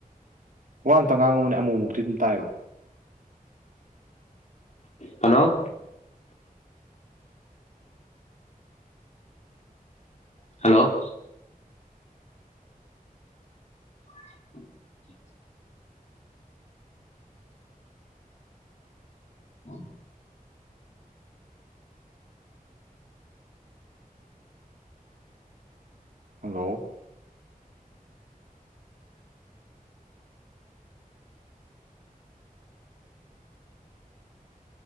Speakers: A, on the right; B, on the left.
A: ꯋꯥ ꯑꯝꯇ ꯉꯥꯡꯉꯨꯅꯦ ꯑꯃꯨꯛꯃꯨꯛꯇꯤ ꯑꯗꯨꯝ ꯇꯥꯏꯑꯦꯕ
B: ꯍꯜꯂꯣ ꯍꯜꯂꯣ <inaudible> ꯎ <inaudible>
A: ꯍꯜꯂꯣ